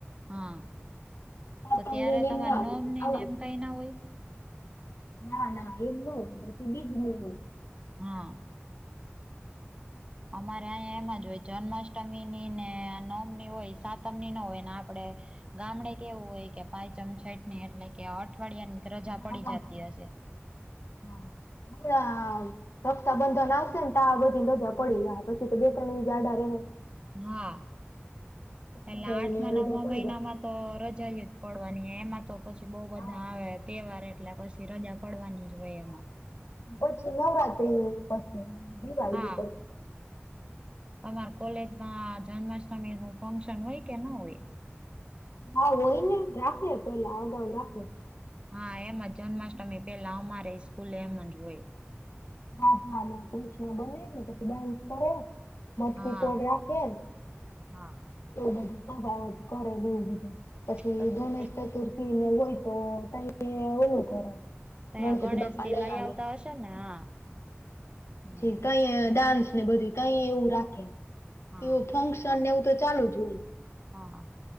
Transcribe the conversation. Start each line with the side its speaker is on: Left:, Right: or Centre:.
Right: હા,
Left: સાતમની
Right: તો ત્યારે
Left: ને
Right: તમાર
Left: એમ ના હોય
Right: નોમની
Left: તો જવાનું.
Right: નેમ કઈ ના હોય.
Left: ના, ના એમ ન હોય, પછી બીજ નહી હોય.
Right: હા. અમારે અહીંયા એમાં જ હોય, જન્માષ્ટમીની ને નવમની હોય સાત ની હોય ને, આપડે ગામડે કેવું હોય કે, પાંચમ છેટની એટલે. કે અઠવાડિયાની રજા પડી
Left: આગળ
Right: જતી
Left: ચાલે
Right: હશે.
Left: છે. હા. હમણાં રક્ષાબંધન આવશે ને, તો આ બધી મજા પડી જ પછી તો બે ત્રણી જાડા
Right: હા,
Left: પછી
Right: એલા
Left: બધાયને
Right: આઠમાં
Left: રજા
Right: નવમાં
Left: પડી
Right: મહિનામાં.
Left: જાહે
Right: તો રજા જ પડવાની એમાં તો પછી બહુ બધા
Left: હા
Right: આવે તહેવાર, એટલે પી કે રજા પડવાની જ હોય.
Left: હા.
Right: એમાં
Left: પછી નવરાત્રી, પછી દિવાળી
Right: હા તમાર કોલેજમાં જન્માષ્ટમીનું ફંક્શન હોય કે ન હોય?
Left: હા, હોય ને. રાખે પહેલા અગાઉ રાખે.
Right: હા, એમ જ જન્માષ્ટમી પહેલા અમારેઈ સ્કૂલે એમ જ હોય.
Left: રાધા ને કૃષ્ણ બને ને પછી ડાન્સ કરે. મટકી
Right: હા
Left: ફોડ રાખે.
Right: હા.
Left: એવું બધું સજાવટ કરે, બોવ બધું. પછી
Right: ત્યાં
Left: ગણેશ ચતુર્થી ને હોય તો તઈએ ઓલું કરે.
Right: ત્યાં
Left: ગણપતિ
Right: ગણેશજીથી
Left: બાપા
Right: લઈ
Left: આવે
Right: આવતા હશે ને? હા. હમ
Left: પછી તઈએ ડાન્સ ને બધું તઈએ એવું રાખે.
Right: હા
Left: કે એવું ફંક્શ શન ને એવું તો ચાલુ જ હોય.
Right: હા.